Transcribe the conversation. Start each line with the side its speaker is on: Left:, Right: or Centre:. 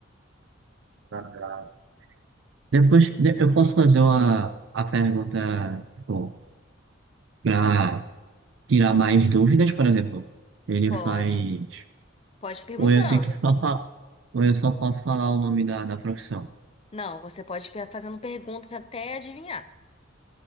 Right: Ah, Depois de- eu posso fazer uma, a pergunta, tipo, para tirar mais dúvidas, por exemplo. Ele
Left: Pode,
Right: faz.
Left: pode perguntando.
Right: Ou eu tenho que só falar, ou eu só posso falar o nome da, da profissão.
Left: Não, você pode pe- fazendo perguntas até adivinhar.